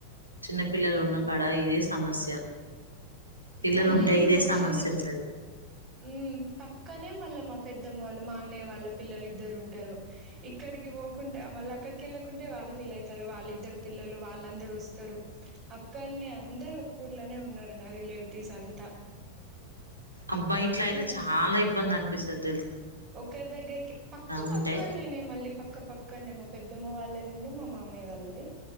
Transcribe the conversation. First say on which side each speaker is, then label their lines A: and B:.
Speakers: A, on the right; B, on the right.
A: చిన్న పిల్లలు
B: ఉమ్
A: ఉన్న కాడ ఇదే సమస్య పిల్లలు
B: మళ్ళీ
A: ఉంటే
B: నీకో
A: ఇదే సమస్య
B: విషయం <inaudible>
A: ఉంటది
B: ఊ పక్కనే మళ్ళా మా పెద్దమ్మ వాళ్ళు మా అన్నయ్య వాళ్ళ పిల్లలిద్దరుంటారు ఇక్కడికి పోకుంటే మళ్ళీ అక్కడికేళ్ళకుంటే వాళ్ళు ఫీల్ ఐతరు వాళ్ళిద్దరు పిల్లలు వాళ్ళందరోస్తారు అక్కనే అం అందరు ఒక్కూర్లోనే ఉన్నరు నా రిలేటివ్స్ అంతా
A: అబ్బా ఇట్లైతే
B: ఆ
A: చాలా ఇబ్బందనిపిస్తది
B: ఒకరి దగ్గరికి పక్క
A: ఉంటే
B: పక్కనేనే మళ్ళీ పక్క పక్కనే పెద్దమ్మ వాళ్ళదున్ను మా మామయ్య వాళ్ళది